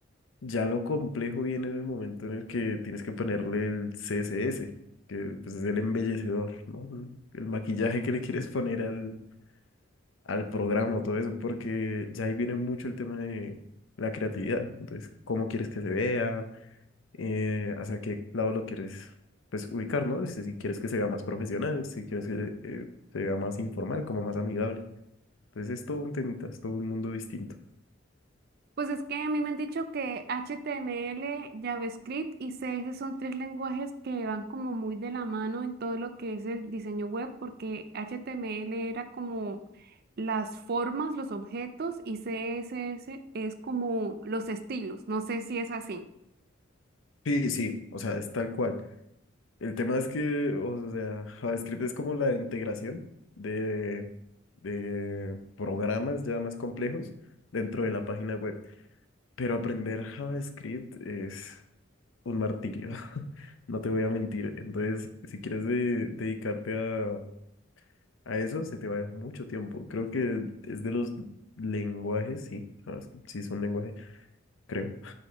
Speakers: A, on the left; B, on the right.
A: Ya lo complejo viene en el momento en el que tienes que ponerle el CSS, que pues es el embellecedor, ¿no? El el maquillaje que le quieres poner al, al programa, todo eso, porque ya ahí viene mucho el tema de la creatividad. Entonces, cómo quieres que se vea, eh, hacia qué lado lo quieres pues, ubicar, ¿no? Este, si quieres que se vea más profesional, si quieres que eh, se vea más informal, como más amigable. Entonces, es todo un temita, es todo un mundo distinto.
B: Pues es que a mí me han dicho que HTML, JavaScript y CS son tres lenguajes que van como muy de la mano en todo lo que es el diseño web, porque HTML era como las formas, los objetos y CSS es como los estilos. No sé si es así.
A: Sí, sí, o sea, es tal cual. El tema es que, o sea, JavaScript es como la integración de, de programas ya más complejos dentro de la página web. Pero aprender JavaScript es un martirio, <laughs> no te voy a mentir. Entonces, si quieres de- dedicarte a, a eso, se te va a ir mucho tiempo. Creo que es de los lenguajes, sí, JavaScript sí es un lenguaje, creo,